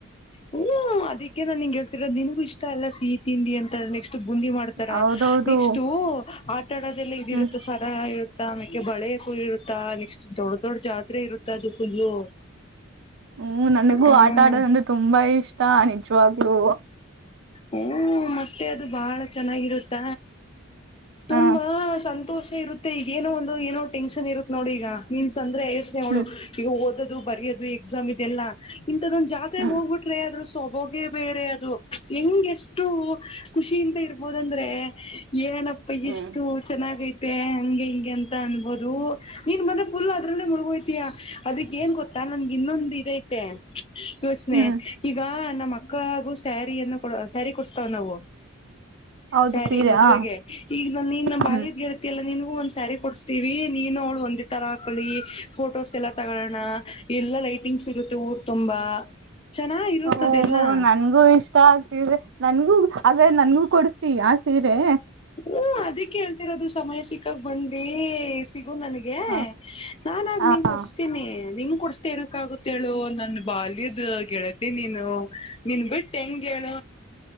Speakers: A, on the left (about 25°); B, on the right (about 65°).
A: ಹ್ಮ ಅದಿಕ್ಕೆ ನಾನ್ ನಿಂ ಹೇಳ್ತಿರೋದು ನಿನ್ಗೂ ಇಷ್ಟ ಅಲ್ಲ ಸಿಹಿ ತಿಂಡಿ ಅಂತ ನೆಕ್ಸ್ಟ್ ಬುಂದಿ ಮಾಡ್ತಾರ
B: ಹೌದೌದು
A: ನೆಕ್ಸ್ಟ್ ಆಟ ಆಡದೆಲ್ಲ ಇದಿರುತ್ತೆ
B: ಹ್ಮ್
A: ಸರ ಇರುತ್ತ ಆಮಕ ಬಳೆ ಇರುತ್ತಾ ನೆಕ್ಸ್ಟ್ ದೊಡ್ಡ ದೊಡ್ ಜಾತ್ರೆ ಇರುತ್ತಾ ಅದು ಫುಲ್ಲು
B: ಹ್ಮ ನನಗೂ
A: ಹ್ಮ್
B: ಆಟ ಆಡೋದಂದೆ ತುಂಬಾ ಇಷ್ಟ ನಿಜವಾಗ್ಲುೂ
A: ಹಓ ಮತ್ತೆ ಅದು ಬಾಳ ಚೆನ್ನಾಗಿರುತ್ತ ತುಂಬಾ
B: ಹ
A: ಸಂತೋಷ ಇರುತ್ತೆ ಈಗ ಏನೋ ಒಂದು ಏನೋ ಟೆನ್ಷನ್ ಇರುತ್ತತ್ ನೋಡಿ ಈಗ ನೀನ್ ಸ ್ರೆ ಯೋಸ್ನೆ ಅವಳು
B: ಹ್ಮ್
A: ಈಗ ಓದೋದು ಬರಯೋದು ಎಕ್ಸಾಮ್ ಇದೆಲ್ಲಾ ಇಂಥದೊಂದ್ ಜಾತೆರೆಗ್
B: ಹ್ಮ್
A: ಹೋಗ್ಬಿಟ್ರೆ ಆದದ್ರರು ಸೊಬಗೆ ಬೇರೆ ಅದು ಹೆಂಗ್ ಎಷ್ಟು ಖುಷಿಯಿಂದ ಇರ್ಬೋದ ಅಂದ್ರೆ ಏನಪ್ಪ ಎಷ್ಟು
B: ಹ್ಮ್
A: ಚೆನ್ನಾಗೈತೆ ಹಂಗಗೆ ಹೆಂಗೆ ಅಂತ ಅನ್ಬೋದು ನೀನ್ ಮನ ಫುಲ್ ಅದ್ರಲ್ಲೇ ಮುಳಗೋಯ್ತಯಾ ಅದಿ ಏನ್ ಗೊತ್ತಾ ನನ್ಗೆ ಇನ್ನೊಂದು ಇ ಐತೆ ಯೋಚನೆ
B: ಹ್ಮ್
A: ಈಗ ನಮ್ಮ ಮಕ್ಕಳ ಹಾಗು ಸ್ಯಾರಿಯನ್ನು ಸರಿ ಕೊಡ್ತಾವ ನಾವು
B: ಹೌದು
A: ಸ್ಯಾರಿ
B: ಸೀರೆ
A: ಮದ್ುವೆಗೆ
B: ಹ
A: ಈಗ ನಾನು ಇನ್ನ ಬಾಯದ್
B: ಹ್ಮ್
A: ಗೆಳತಿ ಎಲ್ಲ ನನ್ಗೂ ಒಂದ್ ಸ್ಯಾರಿ ಕೊಡ್ಸ್ತೀವಿ ನೀನು ಅವ್ಳು ಒಂದ ತರ ಹಾಕಳಿ ಫೋಟೋಸ್ ಎಲ್ಲ ತಗೋೋಣ ಎಲ್ಲ ಲೈಟಿಂಗ್ಸ್ ಇಗತ್ತೆ ಊರ್ ತುಂಬಾ ಚೆನ್ನಾಗ್ ಇರುತ್ತದೆಲ್ಲಾ
B: ಓಹೋ ನನ್ಗೂ ಇಷ್ಟ ಆಗ್ತಿದೆ ನನ್ಗೂ ಹಾಗ ನನ್ಗೂ ಕೊಡಸ್ತೀ ಆ ಸೀರೆ
A: ಹ್ಮ ಅದಿಕ್ ಹೇಳ್ತಿರೋದು ಸಮಯ ಸಿಕ್ಕಾಗ ಬಂದಿ ಸಿಗು ನನ್ಗೆ
B: ಹ
A: ನಾನನ್ಾಗ
B: ಹ
A: ನಿನ್ ಕೊಡ್ಸ್ತೀನಿ ನಿನ್ ಕೊಡ್ಸ್ತ ಇನಕ್ಕ ಆಗುತ್ತೇಳು ನನ್ ಬಾಲ್ಯದ ಗೆಳತಿ ನೀನು ನೀನ್ ಬಿಟ್ಟು ಹೆಂಗ ಹೇಳ